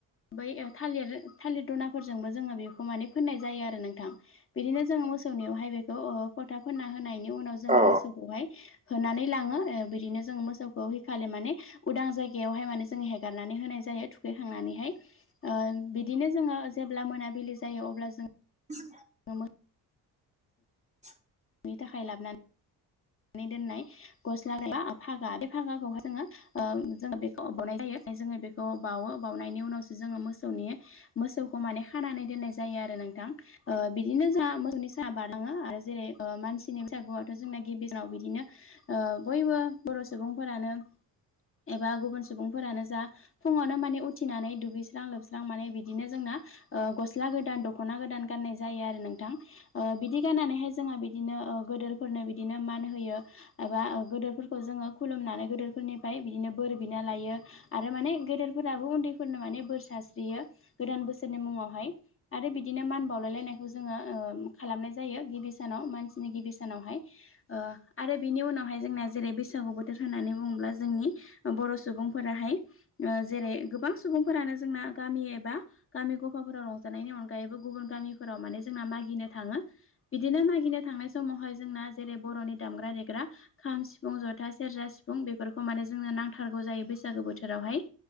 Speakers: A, on the left (about 30°); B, on the right (about 15°).
A: बै थालिर थालिर दना फोरजोंबो जोङो बेखौ माने फोननाय जायो आरो नोंथां। बिदिनो जोङो मोसौनियावहाय बेखौ ओ फथा फोनना होनायनि उनाव जोङो
B: औ
A: मोसौखौहाय होना नानै लाङो बिदिनो जों मोसौखौ हेखालि माने उदां जायगायावहाय माने जों हेगारनानै होनाय जायो। खांनानैहाय बिदिनो जोङो जेब्ला मोनाबिलि जायो अब्ला जों
B: ज।
A: म।
B: <inaudible>
A: थाखाय लाबोनानैनानै दोननाय गस्ला फागा बे भागाखौहाय जोङो। ओ जोङो बेखौ बबावनाय जायो जोङो बेखौ बाउवो बावउनायनि उनावसो जोङो मोसौनि मोसौखौ माने खानानै दोननाय जायो आरो नोंथां। ओ बिदिनो जों मोसौनि साना बारलाङो आरो जेरै ओ मानसिनि बैसागुआथ' जोंना गिबि सानाव बिदिनो ओ बयबो बर' सुबुंफोरानो एबा गुबुन सुबुंफोरानो जा फुङावनो माने उथिनानै दुगैस्रां लोबस्रां माने बिदिनो जोंना ओ गस्ला गोदान दख'ना गोदान गाननाय जायो आरो नोंथां। ओ बिदि गाननानैहाय जोंहा बिदिनो गोदोरफोरनो बिदिनो मान होयो। एबा गदोरफोरखौ जोङो खुलुमनानै गोदोरफोरनिफ्राय बिदिनो बोर बिना लायो। आरो माने गेदेरफोराबो उन्दैफोरनो माने बोर सारस्रियो गोदान बोसोरनि मुङावहाय। आरो बिदिनो मान बावलायलायनायखौ जोङो ओ खालामनाय जायो गिबि सानाव मानसिनि गिबि सानावहाय ओ आरो बिनि उनावहाय जोंना जेरै बैसागु बोथोर होननानै बुङोब्ला जोंनि बर' सुबुंफोराहाय ओ जेरै गोबां सुबुंफोरानो जोंना गामि एबा गामि ग'फा फोराव रंजानायनि अनगायैबो गुबुन गामिफोराव माने जोंना मागिनो थाङो। बिदिनो मागिनो थांनाय समावहाय जोंना जेरै बर'नि दामग्रा देग्रा खाम, सिफुं, ज'था, सेरजा, सिफुं बेफोरखौ माने जोंनो नांथारगौ जायो बैसागो बोथोरावहाय।